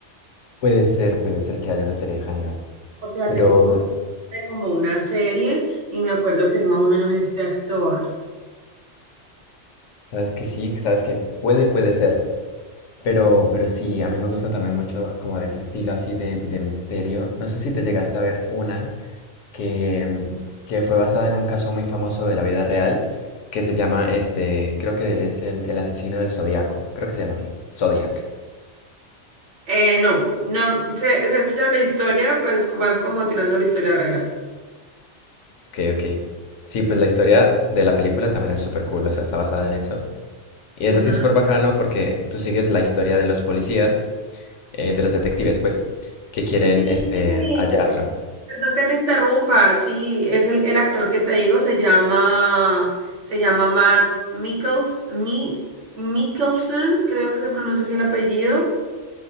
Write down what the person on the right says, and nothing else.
porque la
tengo como, de como una serie y me acuerdo que es más o menos este actor.
Eh, no, no, se, se ha escuchado la historia, pues como- más como tirando la historia real.
Ujú.
Sí,
perdón que te interrumpa, sí, es el, el actor que te digo, se llama, se llama Matt Mikkels, Mi, Mikkelsen, creo que se pronuncia así el apellido.